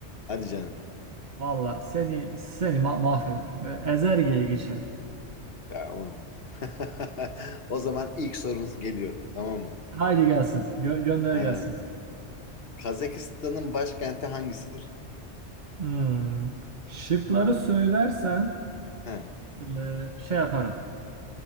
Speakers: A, on the left; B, on the right.
A: Hadi canım.
B: Valla seni seni ma- mahvederim. Ee, Ezerge'ye geçelim.
A: Ya oğlum. <laughs> O zaman ilk sorunuz geliyor, tamam mı?
B: Haydi gelsin. Gö- gönder
A: Ee,
B: gelsin.
A: Kazakistan'ın başkenti hangisidir?
B: Hmm. Şıkları söylersen
A: He.
B: e, şey yaparım.